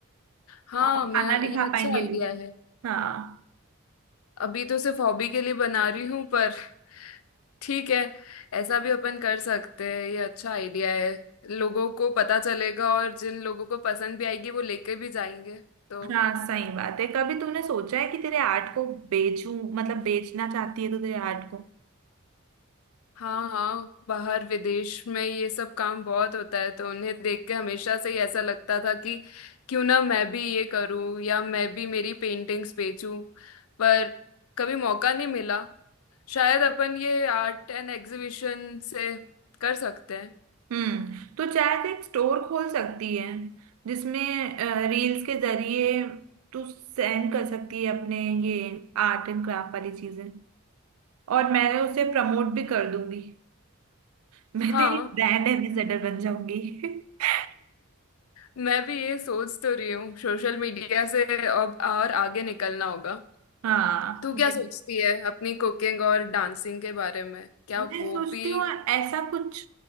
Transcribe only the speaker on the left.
हाँ
मैं
ये
अच्छा
आइडिया
है
अभी तो सिर्फ हॉबी के लिए बना रही हूँ पर <laughs> ठीक है ऐसा भी अपन कर सकते हैं ये अच्छा आइडिया है लोगों को पता चलेगा और जिन लोगों को पसंद भी आएगी वो लेके भी जाएंगे तो
हाँ हाँ बाहर विदेश में ये सब काम बहुत होता है तो उन्हें देख के हमेशा से ही ऐसा लगता था कि क्यों ना मैं भी ये करूँ या मैं भी मेरी पेंटिंग्स बेचूं पर कभी मौका नहीं मिला शायद अपन ये आर्ट एंड एग्जीबिशन से कर सकते हैं
हाँ
मैं भी ये सोच तो रही हूँ सोशल मीडिया से अब और आगे निकलना होगा
तू क्या
सोचती है अपनी कुकिंग और डांसिंग के बारे में क्या
वो
भी